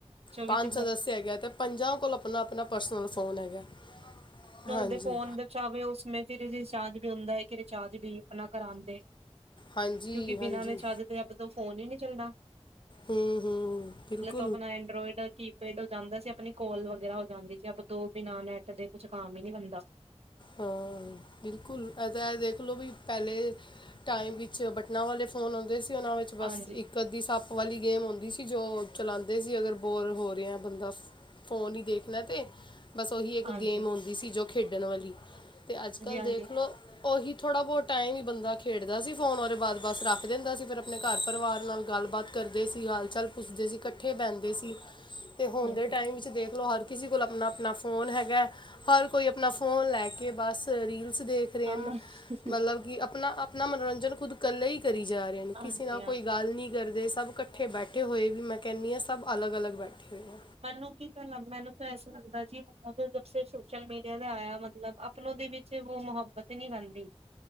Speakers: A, on the left; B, on the right.
A: ਪੰਜ
B: ਵਿੱਚ
A: ਸਦਸਯ ਹੈਗਾ। ਤੇ ਪੰਜਾਂ ਕੋਲ ਆਪਣਾ ਆਪਣਾ ਪਰਸਨਲ ਫੋਨ ਹੈਗਾ। ਹਾਂਜੀ
B: ਦੇ ਫੋਨ ਵਿੱਚ ਆਵੇ ਉਸ ਸਮੇਂ ਫਿਰ ਰਿਚਾਰਜ ਵੀ ਹੁੰਦਾ ਹੈ ਕਿ। ਚਾਰਜ ਵੀ ਆਪਣਾ ਕਰਾਉਦੇ
A: ਹਾਂਜੀ
B: ਕਿਉਂਕਿ
A: ਹਾਂਜੀ
B: ਬਿਨਾਂ ਨੇ ਚਾਰਜ ਦੇ ਅੱਬ ਤੋਂ ਫੋਨ ਹੀ ਨਹੀਂੀ ਚੱਲਦਾ।
A: ਹਮ, ਹਮ ਬਿਲਕੁਲ
B: ਆਪਣਾ ਐਂਡਰਾੋਇਡ ਕੀ ਪੇਡ ਹੋ ਜਾਂਦਾ ਸੀ ਆਪਣੀ ਕੋਲ ਵਗੈਰਾ। ਹੋ ਜਾਂਦੀ ਸੀ ਆਪ ਤੋਂ ਬਿਨਾਂ ਨੈੱਟ ਦੇ ਕੁਛ ਕੰਮ ਹੀ ਨਹੀਂੀ ਬੰਦਾ।
A: ਹਾਂ। ਬਿਲਕੁਲ ਇਹ ਤਾਂ ਦੇਖਲੋ ਵੀ ਪਹਿਲੇ ਟਾਈਮ ਵਿੱਚ ਬਟਨਾਂ ਵਾਲੇ ਫੋਨ ਆਉਂਦੇ ਸੀ। ਉਹਨਾਂ ਵਿੱਚ ਬਸ
B: ਹਾਂਜੀ,
A: ਇੱਕ ਅੱਧੀ ਸੱਪ ਵਾਲੀ। ਗੇਮ ਆਉਂਦੀ ਸੀ ਜੋ ਚਲਾਉਂਦੇ ਸੀ ਅਗਰ ਬੋਰ ਹੋ ਰਿਹਾ ਬੰਦਾ। ਫੋਨ ਹੀ ਦੇਖਣਾ ਤੇ। ਬਸ ਉਹੀ ਇੱਕ
B: ਹਾਂਜੀ,
A: ਗੇਮ
B: ਹਾਂਜੀ,
A: ਆਉਂਦੀ ਸੀ ਜੋ ਖੇਡਣ ਵਾਲੀ ਅਤੇ ਅੱਜ ਕੱਲ੍ਹ
B: ਹਾਂਜੀ,
A: ਦੇਖ ਲਓ ਉਹੀ। ਥੋੜ੍ਹਾ ਬਹੁਤ ਟਾਈਮ ਹੀ ਬੰਦਾ ਖੇਡਦਾ ਸੀ ਫੋਨ ਬਾਰੇ ਬਸ ਬੱਸ ਰੱਖ ਦਿੰਦਾ ਸੀ ਫਿਰ ਆਪਣੇ ਘਰ ਪਰਿਵਾਰ ਨਾਲ ਗੱਲਬਾਤ ਕਰ। ਕਰਦੇ ਸੀ ਹਾਲ ਚਾਲ ਪੁੱਛਦੇ ਸੀ ਇਕੱਠੇ ਬਹਿੰਦੇ ਸੀ ਤੇ ਹੁਣ
B: ਹਾਂਜੀ।
A: ਦੇ ਟਾਈਮ ਵਿੱਚ ਦੇਖਲੋ ਹਰ। ਕਿਸੇ ਕੋਲ ਆਪਣਾ ਆਪਣਾ ਫੋਨ ਹੈਗਾ ਹਰ ਕੋਈ ਆਪਣਾ ਫੋਨ ਲੈ ਕੇ ਬਸ ਰੀਲ। ਦੇਖ ਰਹੇ
B: ਹਾਂ।
A: ਮਤਲਬ ਕਿ ਆਪਣਾ ਆਪਣਾ ਮਨੋਰੰਜਨ ਖੁਦ ਇਕੇ ਹੀ। ਕਰੀ ਜਾ ਰਹੇ ਨੇ ਕਿਸੇ
B: ਹਾਂਜੀ-ਹਾਂਜੀ
A: ਨਾਲ ਕੋਈ ਗੱਲ ਨਹੀਂੀ ਕਰਦੇ। ਸਭ ਇਕੱਠੇ ਬੈਠੇ ਹੋਏ ਵੀ ਮੈਂ ਕਹਿੰਦੀ ਹਾਂ ਸਭ ਅਲੱ ਅਲੱਗ ਬੈਠੇ ਹੋਏ ਹੋ
B: ਮੈਨੂੰ ਕੀ ਤਾਂ ਮੈਨੂੰ ਤਾਂ ਐਸ ਲੱਗਦਾ ਜੀ ਮ ਜ ਸੋਸ਼ਲ ਮੀਡੀਆ ਦਾ ਆਇਆ ਮਤਲਬ ਆਪ। ਦੇ ਵਿੱਚ ਉਹ ਮੁਹੱਬਤ ਹੀ ਨਹੀਂੀ ਰਹਿੰਦੀ